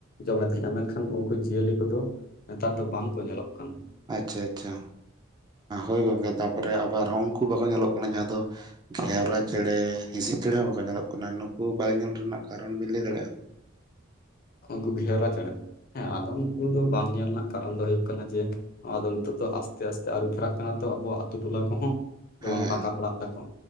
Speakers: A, on the left; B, on the right.
A: ᱡᱚᱢᱮᱫ ᱛᱟᱦᱮᱸ-ᱟ ᱢᱮᱱᱠᱷᱟᱱ ᱩᱱᱠᱩ ᱡᱤᱭᱟᱹᱞᱤ ᱠᱚᱫᱚ ᱱᱮᱛᱟᱨ ᱫᱚ ᱵᱟᱝ ᱠᱚ ᱧᱮᱞᱚᱜ ᱠᱟᱱᱟ᱾
B: ᱟᱪᱪᱷᱟ ᱟᱪᱪᱷᱟ ᱦᱳᱭ ᱜᱚᱝᱠᱮ ᱛᱟᱨᱯᱚᱨᱮ ᱟᱵᱟᱨ ᱦᱚᱸ ᱩᱱᱠᱩ ᱵᱟᱠᱚ ᱧᱮᱞᱚᱜ ᱠᱟᱱᱟ ᱡᱟᱦᱟᱸ ᱫᱚ, ᱜᱷᱮᱣᱨᱟ ᱪᱮᱬᱮ ᱦᱤᱸᱥᱤᱫ ᱪᱮᱬᱮ ᱦᱚᱸ ᱵᱟᱠᱚ ᱧᱮᱞᱚᱜ ᱠᱟᱱᱟ ᱱᱩᱠᱩ ᱵᱟᱝ ᱧᱮᱞ ᱨᱮᱱᱟᱜ ᱠᱟᱨᱚᱱ ᱵᱤᱱ ᱞᱟᱹᱭ ᱫᱟᱲᱮᱭᱟᱜ-ᱟ? <inaudible>
A: ᱩᱱᱠᱩ ᱜᱷᱮᱣᱨᱟ ᱪᱮᱬᱮ ᱦᱮᱸ ᱟᱫᱚ ᱩᱱᱠᱩ ᱫᱚ ᱵᱟᱝ ᱧᱮᱞ ᱨᱮᱱᱟᱜ ᱠᱟᱨᱚᱱ ᱫᱚ ᱦᱩᱭᱩᱜ ᱠᱟᱱᱟ ᱡᱮ ᱱᱚᱣᱟ ᱫᱚ ᱱᱤᱛᱚᱜ ᱫᱚ ᱟᱥᱛᱮ ᱟᱥᱛᱮ ᱟᱹᱨᱩ ᱯᱷᱮᱨᱟᱜ ᱠᱟᱱᱟ ᱛᱚ ᱟᱵᱚᱣᱟ ᱟᱛᱩ ᱴᱚᱞᱟ ᱠᱚᱦᱚᱸ ᱡᱮᱢᱚᱱ
B: ᱦᱮᱸ
A: ᱯᱟᱠᱟ ᱚᱲᱟᱜ ᱫᱟᱠᱚ,